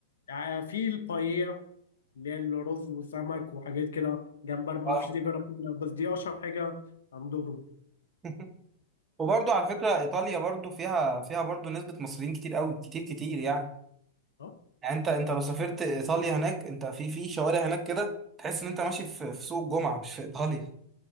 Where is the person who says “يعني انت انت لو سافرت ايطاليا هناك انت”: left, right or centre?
Right